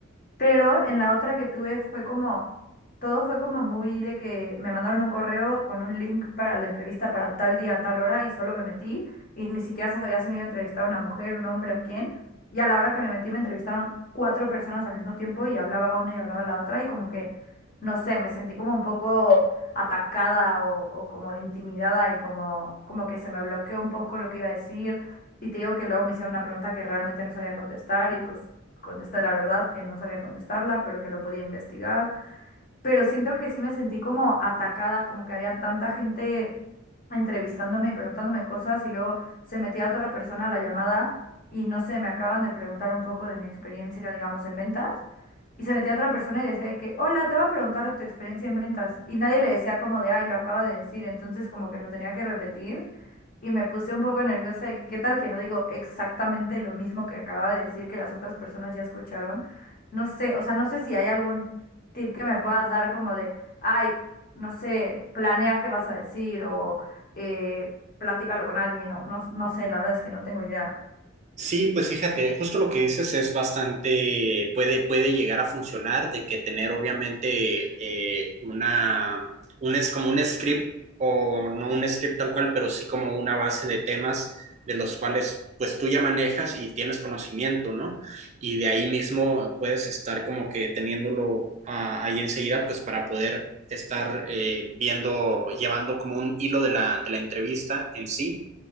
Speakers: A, on the left; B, on the right.
A: Pero en la otra que tuve fue como, todo fue como muy de que me mandaron un correo con un link para la entrevista para tal día, a tal hora y solo me metí y ni siquiera sabía si me iba a entrevistar una mujer, un hombre o quién. Y a la hora que me metí me entrevistaron cuatro personas al mismo tiempo y hablaba una y hablaba la otra y como que, no sé, me sentí como un poco atacada o, o como intimidada y como, como que se me bloqueó un poco lo que iba a decir. Y te digo que luego me hicieron una pregunta que realmente no sabía contestar y pues contesté la verdad, que no sabía contestarla, pero que lo podía investigar pero siento que sí me sentí como atacada, como que había tanta gente entrevistándome y preguntándome cosas y luego se metía otra persona a la llamada y no sé, me acaban de preguntar un poco de mi experiencia, digamos, en ventas y se metía otra persona y decía de que, hola, te voy a preguntar de tu experiencia en ventas y nadie le decía como de, ay, lo acaba de decir, entonces como que lo tenía que repetir. Y me puse un poco nerviosa de que qué tal que no digo exactamente lo mismo que acababa de decir que las otras personas ya escucharon. No sé, o sea, no sé si hay algún tip que me puedas dar como de, ay, no sé, planea qué vas a decir o eh, platícalo con alguien o no, no sé, la verdad es que no tengo idea.
B: Sí, pues fíjate, justo lo que dices es bastante, puede, puede llegar a funcionar, de que tener obviamente eh, una, un, es como un script, o no un script tal cual, pero sí como una base de temas de los cuales pues tú ya manejas y tienes conocimiento, ¿no? Y de ahí mismo puedes estar como que teniéndolo ah, ahí enseguida, pues para poder estar eh, viendo, llevando como un hilo de la, de la entrevista en sí